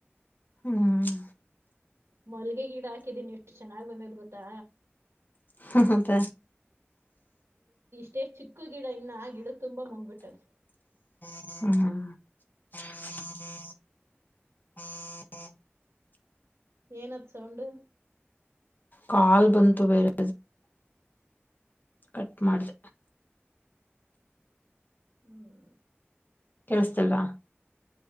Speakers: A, on the left (about 45°); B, on the right (about 80°).
A: ಹ್ಮ್
B: ಮಲ್ಗೆ ಗಿಡ ಹಾಕಿದ್ದೀನಿಷ್ಟು ಚೆನ್ನಾಗಾಗಿ್ ಬಂದೋದ್ ಗೊತ್ತಾ
A: ಹತ್ತ
B: ತಚ್ಚಿ ಉಕ್ಕು ಗಿಡ ಇನ್ನ ಗಿಡ ತುಂಬಾ ಮಂಗ್ಬಿಟ್ಟದೆ
A: ಹ ಹ ಹ ಹ್ಮ
B: ಏನತ್ ಸೌಂಡ್
A: ಕಾಲ್ ಬಂತು ಬೇರೆ ಕಟ್ ಮಾಡ್ದ
B: ಹ್ಮ್
A: ಿಸ್ತಲ್ವಾ